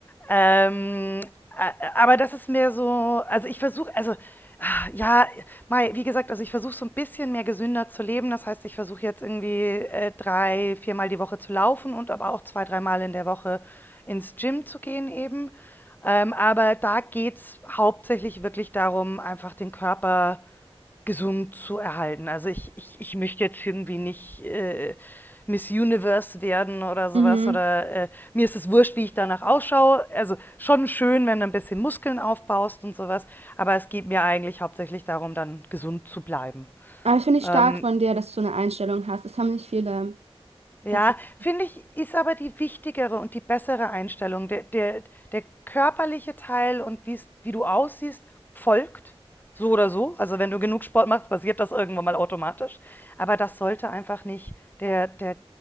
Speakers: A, on the left (about 20°); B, on the right (about 85°).
A: ähm, a- aber das ist mehr so, also ich versuche, also ah, ja, Mai, wie gesagt, also ich versuche so ein bisschen mehr gesünder zu leben. Das heißt, ich versuche jetzt irgendwie äh, drei, viermal die Woche zu laufen und aber auch zwei, dreimal in der Woche ins Gym zu gehen eben. Ähm, aber da geht es hauptsächlich wirklich darum, einfach den Körper Gesund zu erhalten. Also, ich ich ich möchte jetzt irgendwie nicht, äh, Miss Universe werden oder sowas
B: Mhm.
A: oder, äh, mir ist es wurscht, wie ich danach ausschaue. Also, schon schön, wenn du ein bisschen Muskeln aufbaust und sowas, aber es geht mir eigentlich hauptsächlich darum, dann gesund zu bleiben.
B: Aber ich finde ich
A: Ähm
B: stark von dir, dass du eine Einstellung hast. Das haben nicht viele
A: Ja,
B: tatsächlich.
A: finde ich, ist aber die wichtigere und die bessere Einstellung. Der, der, der körperliche Teil und wie's, wie du aussiehst, folgt so oder so. Also wenn du genug Sport machst, passiert das irgendwann mal automatisch. Aber das sollte einfach nicht der, der